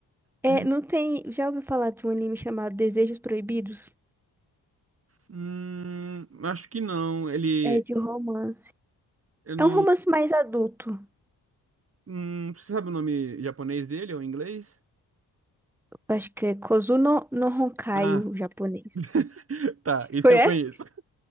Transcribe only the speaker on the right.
<laughs>
Hum, acho que não. Ele.
Eu não.
Hum, você sabe o nome japonês dele ou inglês?
Ah,
<laughs> tá, isso
eu conheço. <laughs>